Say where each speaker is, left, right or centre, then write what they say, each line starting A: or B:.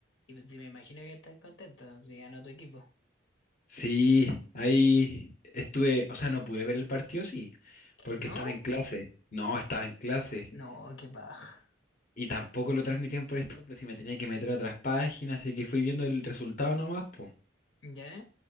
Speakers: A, on the left; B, on the left.
A: Y pues, sí, me imagino que estás contento si ganó tu equipo.
B: Sí, ahí estuve, o sea, no pude ver el partido, sí, porque
A: ¿No?
B: estaba en clase. No, estaba en clase.
A: No, qué paja.
B: Y tampoco lo transmitían por Star Plus y me tenía que meter a otras páginas, así que fui viendo el resultado nomás, po.
A: ¿Ya?